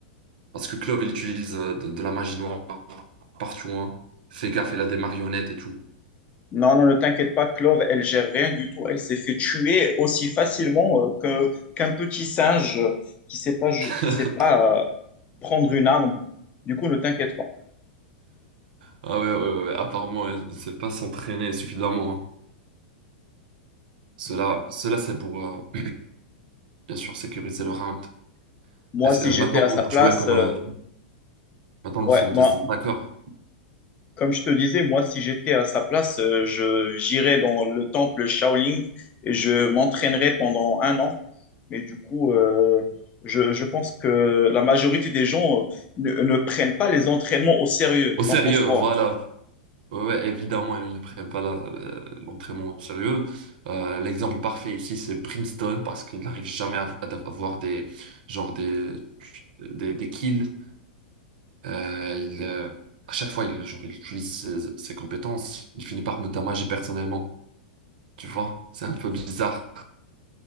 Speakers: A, on the right; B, on the left.
A: Parce que Clove, il utilise euh, de, de la magie noire partout, hein. Fais gaffe, il a des marionnettes et tout.
B: Non, non, ne t'inquiète pas, Clove, elle gère rien du tout. Elle s'est fait tuer aussi facilement euh, que- qu'un petit singe qui sait pas, ju-
A: <laughs>
B: qui sait pas euh, prendre une arme. Du coup, ne t'inquiète pas.
A: Ah ouais, ouais, ouais, ouais. apparemment, elle ne sait pas s'entraîner suffisamment. hein. Cela, cela c'est pour... euh, Bien sûr, sécuriser le round.
B: Moi,
A: Est-ce-
B: si
A: euh,
B: j'étais
A: maintenant,
B: à
A: on
B: sa
A: va
B: place,
A: jouer comme...
B: euh,
A: euh, maintenant,
B: ouais,
A: nous sommes
B: bah,
A: des attaqueurs.
B: comme je te disais, moi, si j'étais à sa place, euh, je j'irais dans le temple Shaolin et je m'entraînerais pendant un an. Mais du coup, euh, je, je pense que la majorité des gens euh, ne ne prennent pas les entraînements au sérieux.
A: Au sérieux,
B: T'en penses quoi?
A: voilà. Ouais, ouais, évidemment, ils ne prennent pas la- la- l'entraînement au sérieux. Euh, l'exemple parfait ici, c'est Brimstone, parce qu'il n'arrive jamais à, à avoir des, genre des, des, des kills. Euh, il, euh, à chaque fois, il, genre, il utilise ses, ses compétences. Il finit par me damager personnellement. Tu vois, c'est un peu bizarre.